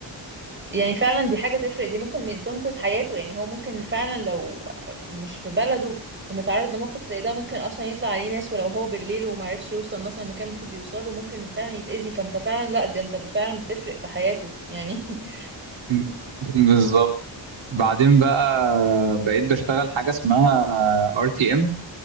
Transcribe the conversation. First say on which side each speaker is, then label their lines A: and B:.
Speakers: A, on the right; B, on the right.
A: يعني فعلا دي حاجة تفرق دي ممكن من- تنقذ حياته يعني هو ممكن فعلا لو مش في بلده ومتعرض لموقف زي ده ممكن اصلا يطلع عليه ناس ولو هو بالليل ومعرفش يوصل مثلا المكان المفروض يوصله ممكن فعلا يتأذي فانت فعلا لا ده انت فعلا بتفرق في حياته يعني <laughs>
B: <laughs> بالظبط بعدين بقى بقيت بشتغل حاجه اسمها ار تي ام